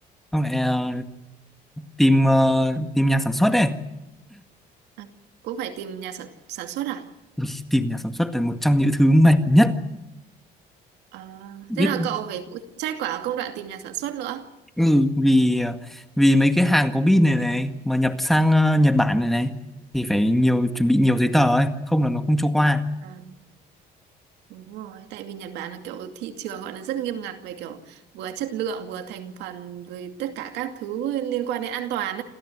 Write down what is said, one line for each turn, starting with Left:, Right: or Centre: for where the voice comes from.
Centre: không lại ờ, tìm ờ, tìm nhà sản xuất đây
Right: à, cũng phải tìm nhà sản, sản xuất à
Centre: Ui, tìm nhà sản xuất là một trong những thứ mệt nhất
Right: Ờ, thế
Centre: biết
Right: là cậu phải phụ trách quả công đoạn tìm nhà sản xuất nữa
Centre: ừ, vì ờ, vì mấy cái hàng có pin này này mà nhập sang ờ, Nhật Bản này này thì phải nhiều chuẩn bị nhiều giấy tờ ấy không là nó không cho qua
Right: à, đúng rồi tại vì Nhật Bản là kiểu thị trường gọi là rất nghiêm ngặt về kiểu vừa chất lượng vừa thành phần rồi tất cả các thứ liên quan đến an toàn